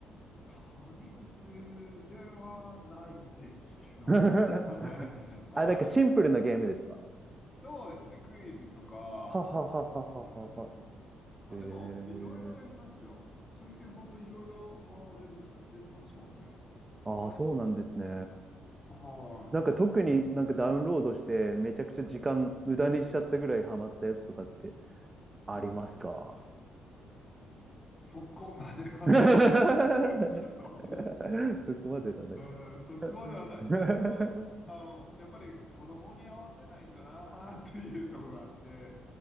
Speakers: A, on the left (about 25°); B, on the right (about 20°).
A: 他人数ではないですけど、
B: <laughs> あ、
A: はい。あの、
B: なんかシンプルなゲームですか
A: くそうですね。クイズとか、
B: ははははははは。
A: うん。あ、
B: へえ。
A: でも、いろいろやりますよ。最近本当いろいろ、あ、出て出てますもんね。
B: ああ、
A: なんか。
B: そうなんですね。
A: は
B: なんか特になんかダウンロードしてめちゃくちゃ時間無駄にしちゃったぐらいハマったやつとかって
A: い。うんうん。
B: ありますか
A: そこまではないんですけど、
B: <laughs> そこまでだね。
A: うん、そこまではないんですけど、
B: <laughs>
A: あの、やっぱり子供に合わせないとなーっていうところがあって、